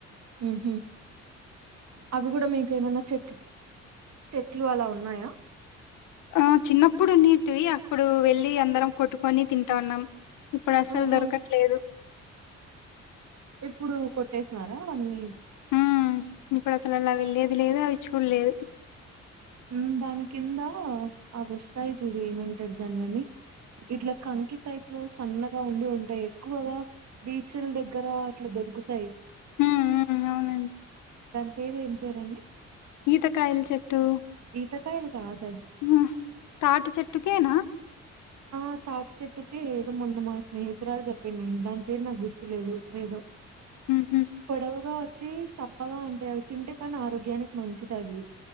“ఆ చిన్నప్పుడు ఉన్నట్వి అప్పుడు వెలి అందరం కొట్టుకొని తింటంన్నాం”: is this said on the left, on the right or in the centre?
Left